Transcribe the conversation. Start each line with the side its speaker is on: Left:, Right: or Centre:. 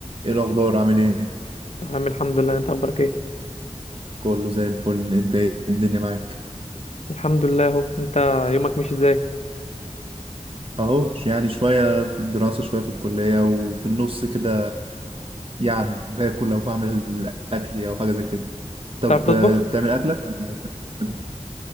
Right: ايه الاخبار عامل ايه
Left: تمام الحمد لله انت اخبارك ايه
Right: كله زي الفل انت ايه الدنيا معاك
Left: الحمد لله اهو انت يومك مش ازاي
Right: اهو ش- يعني شويه في الدراسه شويه في الكليه وفي النص كده يعني باكل او بعمل اكلي او حاجه زي كده طب
Left: بتعرف تطبخ
Right: آه، بتعمل اكلك ولا بتعمل